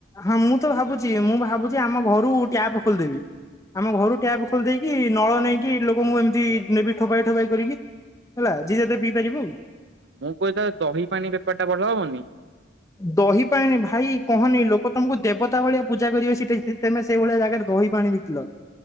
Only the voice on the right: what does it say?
ମୁଁ କହିଥାନ୍ତି ଦହି ପାଣି ବେପାର ଟା ଭଲ ହବନି?